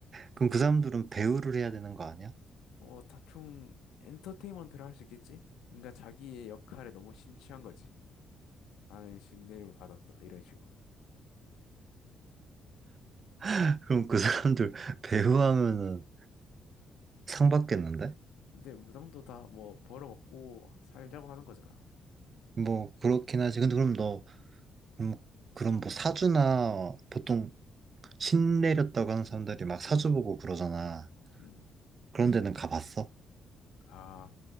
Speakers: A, on the right (about 45°); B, on the left (about 80°).
A: 그럼 그 사람들은 배우를 해야 되는 거 아니야?
B: 어, 다충 엔터테인먼트를 할 수 있겠지? 그러니까 자기의 역할에 너무 심취한 거지. 나는 신내림을 받았다. 이런 식으로.
A: <laughs> 그럼 그 사람들 <laughs> 배우하면은 상 받겠는데?
B: 근데 무당도 다 뭐 벌어먹고 살자고 하는 거잖아.
A: 뭐 그렇긴 하지. 근데 그럼 너 그럼, 그럼 뭐 사주나 보통 신 내렸다고 하는 사람들이 막 사주 보고 그러잖아.
B: 음.
A: 그런 데는 가봤어?
B: 아,